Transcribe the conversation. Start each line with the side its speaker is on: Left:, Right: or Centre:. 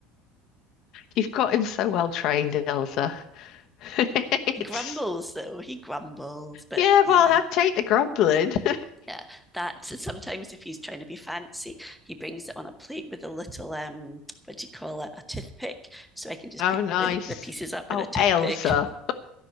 Left: you've got him so well trained,
Centre: <laughs>
Left: Elsa. <laughs> It's
Centre: he grumbles though. He grumbles, but
Left: yeah,
Centre: yeah.
Left: well, I'd take the grumbling. <laughs>
Centre: Yeah, that sometimes if he's trying to be fancy, he brings it on a plate with a little um, what do you call it, a toothpick, so I can just
Left: Oh,
Centre: pick
Left: nice.
Centre: the, the pieces up with
Left: Oh,
Centre: a toothpick
Left: Elsa.